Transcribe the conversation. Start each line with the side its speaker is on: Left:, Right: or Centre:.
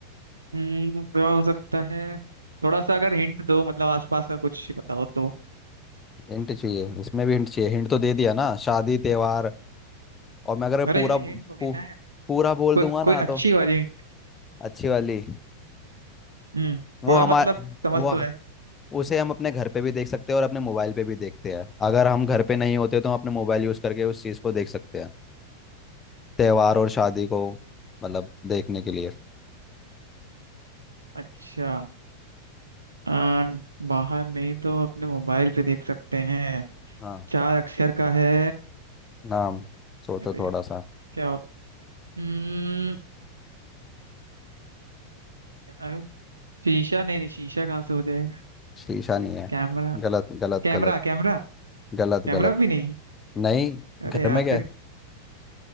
Right: हम्म क्या हो सकता है थोड़ा सा अगर हिंट दो मतलब आसपास का कुछ बताओ तो
Left: हिंट चाहिए इसमें भी हिंट चाहिए हिंट तो दे दिया ना शादी त्योहार और मैं अगर
Right: अरे
Left: पूरा
Right: ये
Left: पू,
Right: हिंट थोड़ी ना है
Left: पूरा बोल
Right: कोई
Left: दूंगा
Right: कोई
Left: ना
Right: अच्छी
Left: तो
Right: वाली
Left: अच्छी वाली
Right: हम्म
Left: वो
Right: थोड़ा
Left: हमार
Right: मतलब समझ
Left: वो
Right: तो है
Left: उसे हम अपने घर पे भी देख सकते हैं और अपने मोबाइल पे भी देखते हैं अगर हम घर पे नहीं होते तो हम अपने मोबाइल यूज करके उस चीज को देख सकते हैं त्योहार और शादी को मतलब देखने के लिए
Right: अच्छा आ, बाहर नहीं तो अपने मोबाइल पे देख सकते हैं
Left: हाँ
Right: चार अक्षर का है
Left: नाम सोचो
Right: अरे
Left: थोड़ा सा
Right: क्या हो- हम्म, अ, शीशा नहीं नहीं शीशा कहाँ से हो जाएगा
Left: शीशा नहीं है
Right: Camera
Left: गलत गलत
Right: camera
Left: गलत
Right: कैमरा
Left: गलत गलत
Right: कैमरा भी नहीं
Left: नहीं घर
Right: अरे यार
Left: में क्या
Right: फिर
Left: है